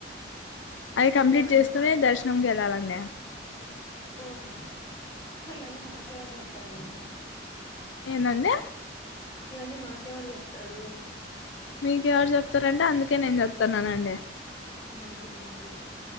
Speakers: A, on the left (about 85°); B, on the left (about 20°).
A: అది
B: ఇంకేమండి
A: కంప్లీట్ చేసుకునే దర్శనం కెల్ తరండీ
B: ఓ మ్మ ఆయన్ని నాకెవరు చెప్తారండి
A: ఏందండి
B: ఇవన్నీ మాకేవరు చెప్తారు
A: మీకు ఎవరు చెప్తారంటే అందుకే నేను చెప్తున్నానండి
B: మంచిది మంచిది